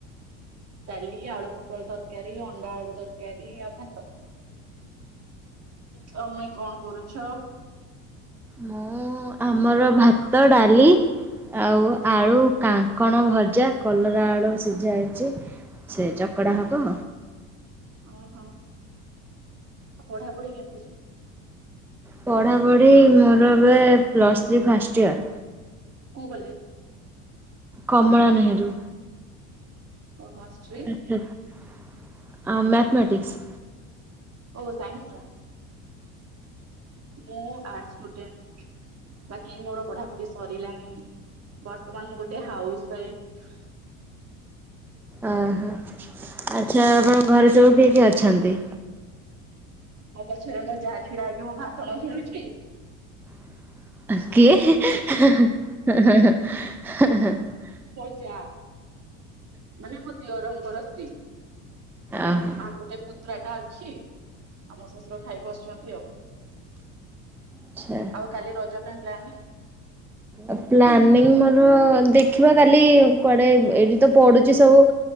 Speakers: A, on the right (about 45°); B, in the centre.
A: ଡଲି ଆଳୁ ପୋଟୋଳ ତରକାରୀ ଅଣ୍ଡା ଆଳୁ ତରକାରୀ ଆଉ ଭାତ। ତମେ କଣ କରୁଛ।
B: ମୁଁ ଆମର ଭାତ ଡାଲି ଆଉ ଆଳୁ କାଙ୍କଣ ଭଜା କଲରା ଆଳୁ ସିଝା ହେଇଛି ସେ ଚକଡା ହବ।
A: ଓହୋ ଆଉ ପଢାପଢି କେ
B: ପଢାପଢି ମୋର ଏବେ ପ୍ଲସ୍ ଥ୍ରୀ ଫାଷ୍ଟ ଇୟର।
A: କୋଉ କଲେଜ?
B: କମଳା ନେହେରୁ।
A: ଓହୋ ଷ୍ଟ୍ରି
B: ଆଚ୍ଛା ଆଉ ମ୍ୟାଥମେଟିକ୍ସ୍।
A: ଓ ସାଇନ୍ସ ର। ମୁଁ ଆର୍ସ ଷ୍ଟୁଡେଣ୍ଟ। ବାକି ମୋର ପଢାପୁଢି ସ୍ ସରିଲାଣି ବର୍ତ୍ତମାନ ଗୋଟେ ହାଉସ ୱାଇଫ। ହ।
B: ଓହୋ ଆଚ୍ଛା ଆପଣ ଘରେ ସବୁ କିଏ କିଏ ଅଛନ୍ତି?
A: ମୋ ପଛରେ ମୋ ଯାହା ଛିଡା ହେଇକି ମୋ ଭାଷଣ ଶୁଣୁଛି।
B: କିଏ? ହେ ହେଁ।
A: ମୋ ଜାଆ ମାନେ ମୋ ଦେଢ଼ଶୁର ସ୍ତ୍ରୀ।
B: ଓହୋ
A: ଆଉ ଗୋଟେ ପୁତୁରାଟା ଛି ଆଉ ମୋ ଶଶୁର ଖାଇ ବସଛନ୍ତି ଆଉ।
B: ଆଚ୍ଛା।
A: ଆଉ କାଲି ରଜ ପାଇଁ ପ୍ଲାନିଂ
B: ଆଉ ପ୍ଲାନିଂ ମୋର ଦେଖିବା କାଲି କୁଆଡ଼େ ଏଇଠି ତ ପଡୁଚି ସବୁ